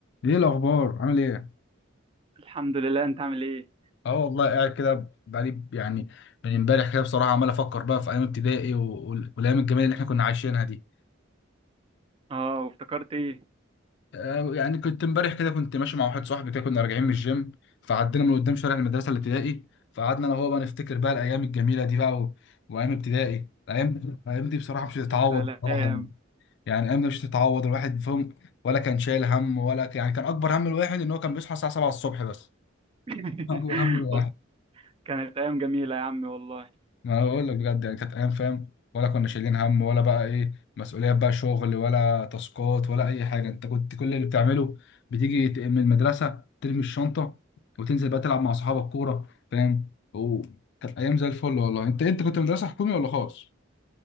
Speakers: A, on the left; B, on the right.
A: ايه الاخبار عامل ايه
B: الحمد لله انت عامل ايه
A: اه والله قاعد كده بقالي يعني من امبارح كده بصراحه عمال افكر بقى في ايام ابتدائي و- وال- والايام الجميله اللي احنا كنا عايشينها دي
B: اه وافتكرت ايه
A: آه يعني كنت امبارح كده كنت ماشي مع واحد صاحبي كده كنا راجعين من الجيم فعدينا من قدام شارع المدرسه الابتدائي فقعدنا انا وهو بقى نفتكر بقى الايام الجميله دي بقى و... وايام ابتدائي الايام الايام دي بصراحه مش هتتعوض
B: يا سلام
A: بصراحه يعني يعني الايام دي مش هتتعوض الواحد فيهم ولا كان شايل هم ولا ك- يعني كان اكبر هم الواحد ان هو كان بيصحى الساعه 7 الصبح بس
B: <laughs>
A: <laughs> اكبر هم
B: وال- كانت ايام جميله يا عمي والله
A: ما انا بقول لك بجد يعني كانت ايام فاهم ولا كنا شايلين هم ولا بقى ايه مسؤوليات بقى شغل ولا تاسكات ولا اي حاجه انت كنت كل اللي بتعمله بتيجي ت- من المدرسه ترمي الشنطه وتنزل بقى تلعب مع اصحابك كوره فاهم وكانت ايام زي الفل والله انت انت كنت مدرسه حكومي ولا خاص